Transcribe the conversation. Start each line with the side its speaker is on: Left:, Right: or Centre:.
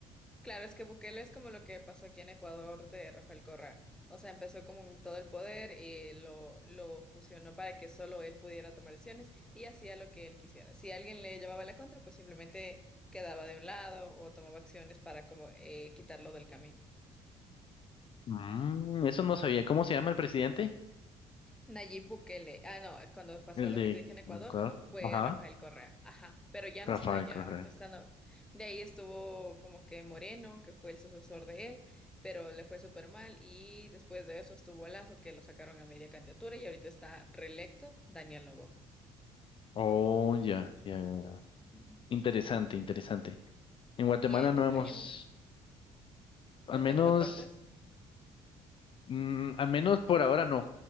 Centre: Claro, es que Bukele es como lo que pasó aquí en Ecuador de Rafael Correa. O sea, empezó con todo el poder y lo, lo fusionó para que solo él pudiera tomar decisiones y hacía lo que él quisiera. Si alguien le llevaba la contra, pues simplemente quedaba de un lado o tomaba acciones para como eh, quitarlo del camino.
Left: mm, eso no sabía. ¿Cómo se llama el presidente?
Centre: Nayib Bukele. Ah, no, cuando pasó
Left: El
Centre: lo
Left: de
Centre: que te dije en Ecuador,
Left: Ecuador.
Centre: fue
Left: Ajá.
Centre: Rafael Correa. Ajá, pero ya
Left: Rafael
Centre: no está allá,
Left: Correa.
Centre: ahorita está no. De ahí estuvo como que Moreno, que fue el sucesor de él, pero le fue súper mal. Y después de eso estuvo Lazo, que lo sacaron a media candidatura y ahorita está reelecto Daniel Noboa.
Left: Oh, ya, ya. ya.
Centre: Ujú.
Left: Interesante, interesante. En Guatemala
Centre: ¿Y en
Left: no
Centre: tu
Left: hemos,
Centre: país no,
Left: al
Centre: no
Left: menos,
Centre: han tenido cortes?
Left: mm, al menos por ahora no.